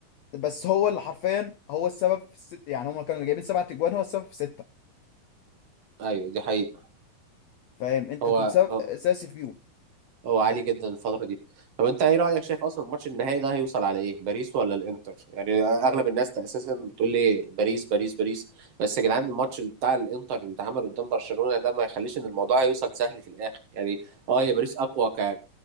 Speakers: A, on the left; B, on the right.
A: بس هو اللي حرفيا هو السبب في الست يعني هم كانوا جايبين سبعة اجوان هو السبب في سته
B: ايوه دي حقيقه
A: فاهم انت
B: هو
A: كنت سبب اساسي فيهم
B: هو عالي جدا الفترة دي طب انت ايه رأيك شايف اصلا الماتش النهائي ده هيوصل على ايه باريس ولا الانتر يعني اغلب الناس اساسا بتقول لي باريس باريس باريس بس يا جدعان الماتش بتاع الانتر اللي اتعمل قدام برشلونة ده ما يخليش ان الموضوع هيوصل سهل في الاخر يعني اه يا باريس اقوى ك